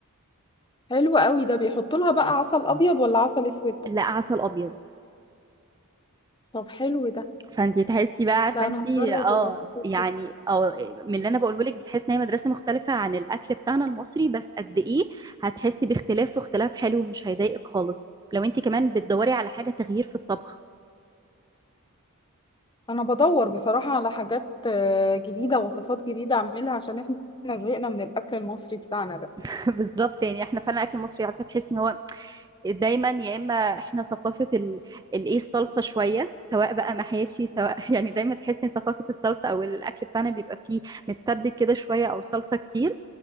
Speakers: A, on the left; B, on the right.
A: حلو قوي ده بيحطوا لها بقى عسل ابيض ولا عسل اسود
B: لا عسل ابيض
A: طب حلو ده
B: فانتي تحسي بقى عارفه
A: لا
B: انتي
A: انا هجرب
B: اه
A: الوصفات
B: يعني
A: دي
B: اه من اللي انا بقوله لك بتحسي ان هي مدرسه مختلفه عن الاكل بتاعنا المصري بس قد ايه هتحسي باختلاف واختلاف حلو ومش هيضايقك خالص لو انتي كمان بتدوري على حاجه تغيير في الطبخ
A: انا بدور بصراحة على حاجات آه، جديدة وصفات جديدة اعملها عشان احنا زهقنا من الاكل المصري بتاعنا ده
B: <laughs> بالظبط يعني احنا فعلا الاكل المصري عارفه تحسي ان هو دايما يا اما احنا ثقافه ال- الايه الصلصه شويه سواء بقى محاشي سواء <laughs> يعني دايما تحس ان ثقافه الصلصه او الاكل بتاعنا بيبقى فيه متسبك كده شويه او صلصه كتير